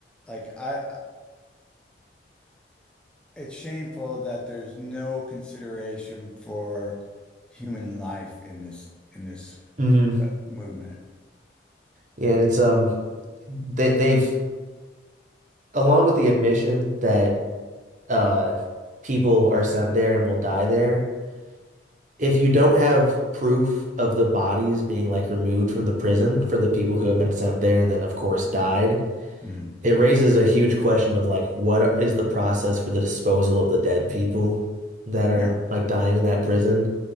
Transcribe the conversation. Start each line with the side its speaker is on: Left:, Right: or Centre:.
Centre: Like I I- it's shameful that there's no consideration for human life in this in this
Right: hmm
Centre: uh, movement.
Right: Yeah, and it's um they they've along with the admission that uh people are sent there and will die there. If you don't have proof of the bodies being like removed from the prison for the people who have been sent there and then of course died,
Centre: Mhm.
Right: it raises a huge question of like what is the process for the disposal of the dead people that are
Centre: Yeah.
Right: like dying in that prison?